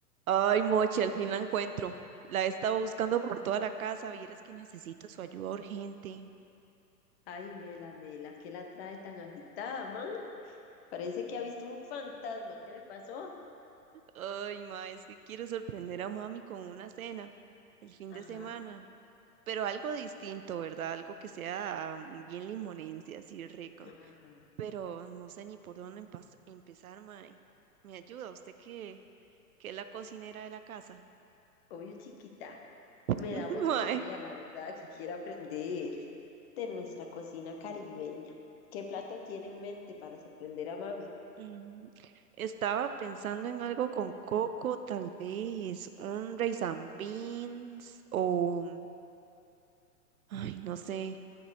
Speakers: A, on the right; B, on the left.
A: Ay, Mochi, al fin la encuentro. La he estado buscando por toda la casa. Vieras que necesito su ayuda urgente.
B: Ay, Mela, Mela, ¿qué la trae tan agitada, man? Parece que ha visto un fantasma. ¿Qué le pasó?
A: Ay, ma, es que quiero sorprender a mami con una cena el fin
B: Ajá,
A: de semana. Pero algo distinto, ¿verdad? Algo que sea mm, bien limonense, así rico.
B: ajá.
A: Pero no sé ni por dónde empas- empezar, ma. ¿Me ayuda usted que, que es la cocinera de la casa?
B: Obvio, chiquita. Me
A: <laughs>
B: da mucha
A: Ma,
B: alegría, la verdad, que quiera aprender de nuestra cocina caribeña. ¿Qué plato tiene en mente para sorprender a mami?
A: Ujú. Estaba pensando en algo con coco, tal vez un rice and beans o, ay, no sé,